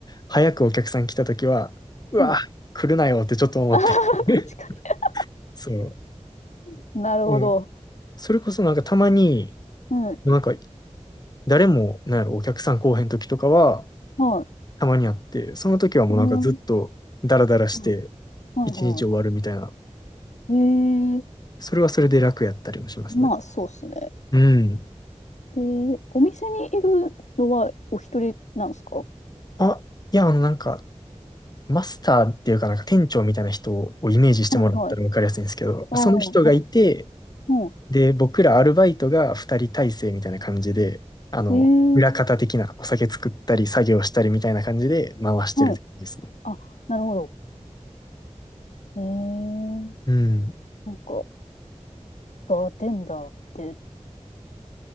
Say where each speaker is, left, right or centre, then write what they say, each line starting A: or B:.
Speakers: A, on the left (about 35°); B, on the left (about 75°).
A: 早くお客さん来た時は、うわ、
B: はい。
A: 来るなよってちょっと思って。
B: あー、<laughs>
A: <laughs>
B: 確か
A: そう。
B: に。<laughs> なるほど。
A: うん。それこそなんかたまに、
B: はい。
A: なんか誰も、なんやろ、お客さん来おへん時とかは、
B: はい。
A: たまにあって、その時はもうなんかずっとダラダラして
B: うん。はいはいは
A: 一日終わるみたいな、
B: い。ええー。
A: それはそれで楽やったりもしますね。
B: まあ、そうっすね。
A: うん。
B: えー、お店にいるのはお一人なんですか
A: あ、いや、あのなんか、マスターっていうかなんか店長みたいな人をイメージしてもらったらわかりやすいんですけど、
B: はいはい。ああ、
A: その人がいて、
B: はい。う
A: で、僕らアルバイトが二人体制みたいな感じで、あの、
B: ん。えー、
A: 裏方的なお酒作ったり作業したりみたいな感じで回してるって感じですね。
B: はい。あ、なるほど。えー、
A: うん。
B: なんか、バーテンダーって